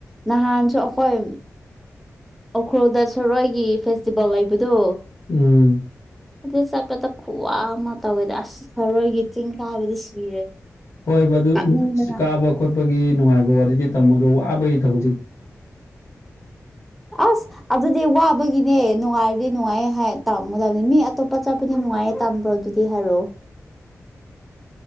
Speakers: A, in the centre; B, on the left (about 60°).
A: ꯅꯍꯥꯟꯁꯨ ꯑꯈꯣꯏ ꯎꯈ꯭ꯔꯨꯜꯗ ꯁꯔꯣꯢꯒꯤ ꯐꯦꯁꯇꯤꯚꯦꯜ ꯂꯩꯕꯗꯣ
B: ꯎꯝ
A: ꯑꯗꯨ ꯆꯠꯄꯗ ꯈꯨꯋꯥ ꯑꯃ ꯇꯧꯋꯦꯗ ꯑꯁ ꯁꯔꯣꯢꯒꯤ ꯆꯤꯡ ꯀꯥꯕꯗꯤ ꯁꯤꯔꯅꯤ
B: ꯍꯣꯏꯕ ꯑꯗꯨ
A: ꯀꯥꯞꯅꯤꯡꯕꯅ
B: ꯀꯥꯕ ꯈꯣꯠꯄꯒꯤ ꯅꯨꯡꯉꯥꯏꯕ ꯋꯥꯔꯤꯗꯤ ꯇꯝꯃꯣ ꯑꯗꯣ ꯋꯥꯕꯒꯤ ꯊꯕꯛꯁꯦ
A: ꯑꯁ ꯑꯗꯨꯗꯤ ꯋꯥꯕꯒꯤꯅꯦ ꯅꯨꯡꯉꯥꯏꯔꯗꯤ ꯅꯨꯡꯉꯥꯏꯌꯦ ꯍꯥꯏ ꯇꯝꯒꯗꯕꯅꯤ ꯃꯤ ꯑꯇꯣꯞꯄ ꯆꯠꯄꯗꯤ ꯅꯨꯡꯉꯥꯏꯌꯦ ꯇꯝꯕ꯭ꯔꯣ ꯑꯗꯨꯗꯤ ꯍꯥꯏꯔꯣ
B: <inaudible>